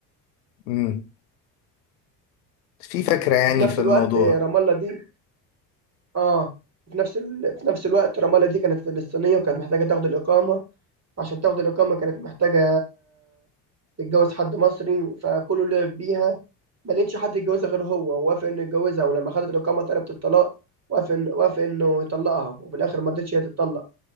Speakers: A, on the left (about 75°); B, on the right (about 30°).
A: امم في فكرة يعني
B: وفي نفس
A: في
B: الوقت
A: الموضوع
B: رام الله دي اه في نفس ال... في نفس الوقت رمالة دي كانت فلسطينية وكانت محتاجة تاخد الإقامة عشان تاخد الإقامة كانت محتاجة تتجوز حد مصري فكله لعب بيها ما لقيتش حد يتجوزها غير هو ووافق إنه يتجوزها ولما خدت الإقامة طلبت الطلاق وافق إن- وافق إنه يطلقها وفي الآخر ما رضتش هي تتطلق